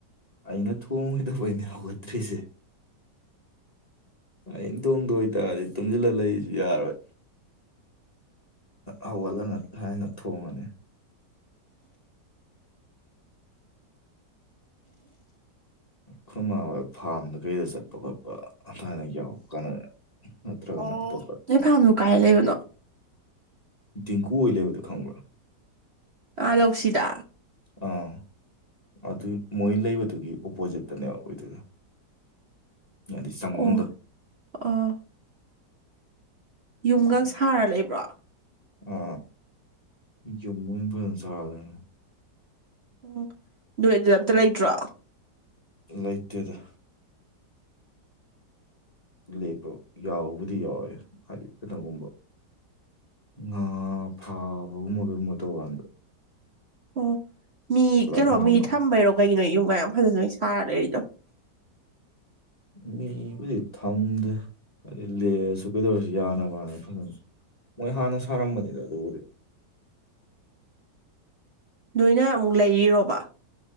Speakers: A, on the left; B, on the right.
A: ꯑꯩꯅ ꯊꯣꯡꯈꯤꯗꯕ ꯑꯣꯏꯅ ꯍꯧꯒꯠꯇ꯭ꯔꯤꯁꯦ ꯑꯤꯡꯇꯣꯡꯗ ꯑꯣꯏꯇꯥꯔꯗꯤ ꯇꯨꯝꯁꯤꯜꯂ ꯂꯩꯁꯨ ꯌꯥꯔꯣꯏ ꯍꯧꯒꯠꯂꯒ ꯍꯥꯏꯅ ꯊꯣꯡꯉꯅꯤ ꯈꯨꯃ ꯐꯥꯔꯝꯗ ꯀꯩꯗ ꯆꯠꯄ ꯈꯣꯠꯄ ꯑꯐꯅ ꯌꯥꯎꯔꯛꯄ ꯀꯥꯟ ꯅꯠꯇ꯭ꯔꯒꯅ
B: ꯑꯣ
A: ꯑꯇꯣꯞꯄ
B: ꯅꯣꯏ ꯐꯥꯔꯝꯗꯨ ꯀꯥꯏ ꯂꯩꯕꯅꯣ
A: ꯗꯤꯡꯀꯨ ꯑꯣꯏ ꯂꯩꯕꯗꯨ ꯈꯪꯕ꯭ꯔꯥ
B: ꯑꯥ ꯂꯧꯁꯤꯗ
A: ꯑꯥ ꯑꯗꯨꯏ ꯃꯣꯏ ꯂꯩꯕꯗꯨꯒꯤ ꯑꯣꯄꯣꯖꯤꯠꯇꯅꯦ ꯑꯣꯏꯗꯣꯏꯔ ꯌꯥꯗꯤ ꯆꯪꯃꯝꯗꯣ
B: ꯑꯣ ꯑꯣ ꯌꯨꯝꯒ ꯁꯥꯔ ꯂꯩꯕ꯭ꯔꯣ
A: ꯑ ꯌꯨꯝ ꯑꯣꯏꯅꯁꯂꯅ <inaudible>
B: ꯎꯝ ꯅꯣꯏ ꯑꯗꯨꯗ ꯑꯝꯇ ꯂꯩꯇ꯭ꯔꯣ
A: ꯂꯩꯇꯦꯗ ꯂꯦꯞꯄ ꯌꯥꯎꯕꯨꯗꯤ ꯌꯥꯎꯋꯦ ꯍꯥꯏꯗꯤ ꯀꯅꯣꯒꯨꯝꯕ ꯉ ꯐꯥꯕꯝꯃꯒꯨꯝꯕ ꯇꯧ ꯋꯥꯗ
B: ꯑꯣ ꯃꯤ ꯀꯩꯅꯣ
A: ꯊꯝꯃꯝꯕ
B: ꯃꯤ ꯊꯝꯕꯩꯔꯣ ꯀꯩꯒꯤꯅꯣꯨꯝ ꯃꯌꯥꯝ ꯐꯖꯅꯣꯏ ꯁꯥꯔꯔꯤꯗꯣ
A: ꯃꯤꯕꯨꯗꯤ ꯊꯝꯗꯦ ꯍꯥꯏꯗꯤ ꯂꯔꯁꯨ ꯀꯩꯗꯧꯔꯁꯨ ꯌꯥꯅ ꯋꯥꯅꯤ ꯐꯖꯅ ꯃꯣꯏ ꯍꯥꯟꯅ ꯁꯥꯔꯝꯕꯅꯤꯗ ꯑꯗꯨꯕꯨꯗꯤ
B: ꯅꯣꯏꯅ ꯑꯃꯨꯛ ꯂꯩꯔꯤꯔꯣꯕꯥ